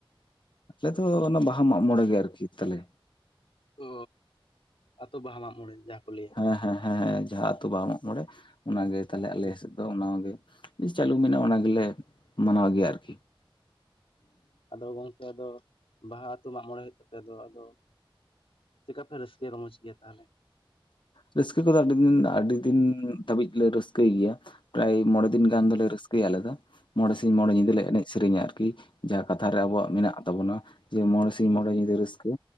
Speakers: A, on the left (about 60°); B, on the left (about 80°).
A: ᱟᱞᱮ ᱫᱚ ᱚᱱᱟ ᱵᱟᱦᱟ ᱢᱟᱜ ᱢᱚᱬᱮ ᱜᱮ ᱟᱨᱠᱤ ᱛᱟᱞᱮ
B: ᱚ ᱟᱹᱛᱳ ᱵᱟᱦᱟ ᱢᱟᱜ ᱢᱚᱬᱮ ᱡᱟᱦᱟᱸ ᱠᱚ ᱞᱟᱹᱭᱟ
A: ᱦᱮᱸ ᱦᱮᱸ ᱦᱮᱸ ᱦᱮᱸ ᱡᱟᱦᱟᱸ ᱟᱹᱛᱩ ᱵᱟᱦᱟ ᱢᱟᱜ ᱢᱚᱬᱮ ᱚᱱᱟᱜᱮ ᱛᱟᱞᱮ ᱟᱞᱮ
B: ᱦᱮᱸ
A: ᱫᱚ ᱚᱱᱟᱜᱮ ᱪᱟᱹᱞᱩ ᱢᱮᱱᱟᱜᱼᱟ ᱚᱱᱟ ᱜᱮᱞᱮ ᱢᱟᱱᱟᱣ ᱜᱮᱭᱟ ᱟᱨᱠᱤ
B: ᱟᱫᱚ ᱜᱚᱢᱠᱮ ᱟᱫᱚ ᱵᱟᱦᱟ ᱟᱛᱩ ᱢᱟᱜ ᱢᱚᱬᱮ ᱦᱩᱭᱩᱜ ᱛᱟᱯᱮᱭᱟ ᱟᱫᱚ ᱟᱫᱚ? ᱪᱮᱠᱟ ᱯᱮ ᱨᱟᱹᱥᱠᱟᱹ ᱨᱚᱢᱚᱡ ᱜᱮᱭᱟ ᱛᱟᱦᱞᱮ
A: ᱨᱟᱹᱥᱠᱟᱹ ᱠᱚᱫᱚ ᱟᱹᱰᱤ ᱫᱤᱱ ᱟᱹᱰᱤ ᱫᱤᱱ ᱫᱷᱟᱹᱵᱤᱡ ᱞᱮ ᱨᱟᱹᱥᱠᱟᱹᱭ ᱜᱮᱭᱟ ᱯᱨᱟᱭ ᱢᱚᱬᱮ ᱫᱤᱱ
B: ᱦᱮᱸ
A: ᱜᱟᱱ ᱫᱚᱞᱮ ᱨᱟᱹᱥ ᱠᱟᱹᱡ ᱟᱞᱟᱫᱟ ᱢᱚᱬᱮ ᱥᱤᱧ ᱢᱚᱬᱮ
B: ᱦᱮᱸ
A: ᱧᱤᱫᱟᱹ ᱞᱮ ᱮᱱᱮᱡ ᱥᱮᱨᱮᱧᱟ ᱟᱨᱠᱤ ᱡᱟᱦᱟᱸ ᱠᱟᱛᱷᱟ ᱨᱮ
B: ᱦᱮᱸ
A: ᱟᱵᱚᱣᱟᱜ ᱢᱮᱱᱟᱜ ᱛᱟᱵᱚᱱᱟ ᱡᱮ ᱢᱚᱬᱮ ᱥᱤᱧ
B: ᱦᱮᱸ
A: ᱢᱚᱬᱮ ᱧᱤᱫᱟᱹ ᱨᱟᱹᱥᱠᱟᱹ